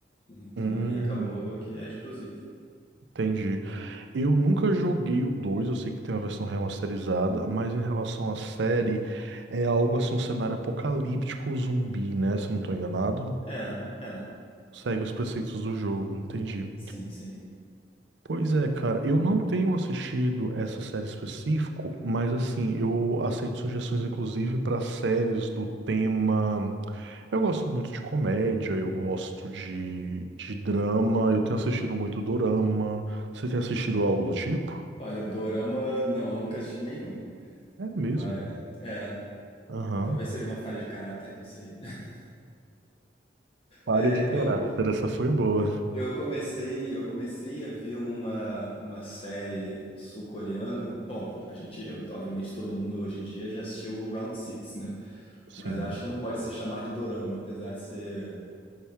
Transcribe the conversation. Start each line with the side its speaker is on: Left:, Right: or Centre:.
Left: né? Então
Right: Hum,
Left: aí acabou que é exclusivo.
Right: entendi. Eu nunca joguei o 2. eu sei que tem uma versão remasterizada, mas em relação à série, é algo assim, um cenário apocalíptico zumbi, né? Se eu não tô enganado,
Left: É, é,
Right: segue os preceitos do jogo, entendi.
Left: sim, sim.
Right: Pois é, cara, eu não tenho assistido essa série específico, mas assim, eu aceito sugestões inclusive para séries do tema. Eu gosto muito de comédia, eu gosto de, de drama, eu tenho assistido muito dorama. Você tem assistido algo do tipo?
Left: Olha, Dorama, não, nunca assisti nenhum.
Right: É mesmo.
Left: Mas, é,
Right: Aham.
Left: talvez seja uma falha de caráter, não sei. <laughs>
Right: Falha
Left: É,
Right: de caráter,
Left: eu,
Right: essa foi boa.
Left: Eu comecei, eu comecei a ver uma, uma série sul-coreana. Bom, a gente, eu- obviamente, todo mundo hoje em dia já assistiu o Round Six, né?
Right: Sim.
Left: Mas acho que não pode se chamar de dorama, apesar de ser